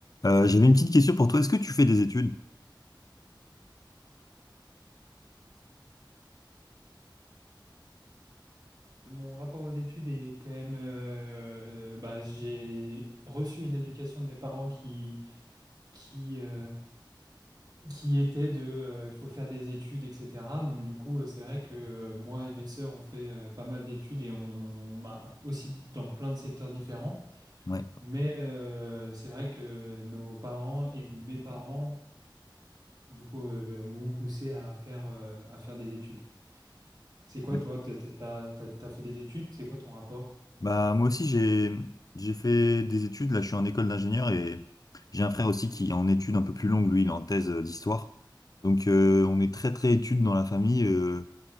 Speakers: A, on the left (about 50°); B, on the right (about 50°).
A: Euh, j'avais une petite question pour toi. Est-ce que tu fais des études?
B: Mon rapport aux études est quand même, euh, bah, j'ai reçu une éducation de mes parents qui, qui, euh, qui était de, euh, il faut faire des études, etc. Donc du coup, euh, c'est vrai que euh, moi et mes sœurs, on fait euh, pas mal d'études et on, bah, aussi dans plein de secteurs différents.
A: Ouais.
B: Mais euh, c'est vrai que nos parents et mes parents, du coup, euh, bah, m'ont poussé à faire, euh, à faire des études. C'est quoi
A: Ouais.
B: toi? T'as, t'as, t'as- t'as fait des études? C'est quoi ton rapport?
A: Bah moi aussi j'ai j'ai fait des études. Là je suis en école d'ingénieur et j'ai un frère aussi qui est en études un peu plus longues. Lui il est en thèse euh, d'histoire. Donc euh, on est très très études dans la famille. Euh,